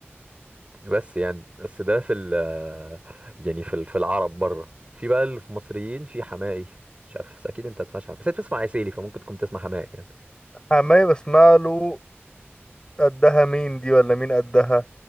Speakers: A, on the right; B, on the left.
A: بس يعني بس ده في ال يعني في ال- في العرب بره في بقى اللي في مصريين في حماقي مش عارف بس اكيد انت ما تسمعش حماقي بس انت بتسمع عسيلي فممكن تكون تسمع حماقي يعني
B: حماية بسمع له قدها مين دي ولا مين قدها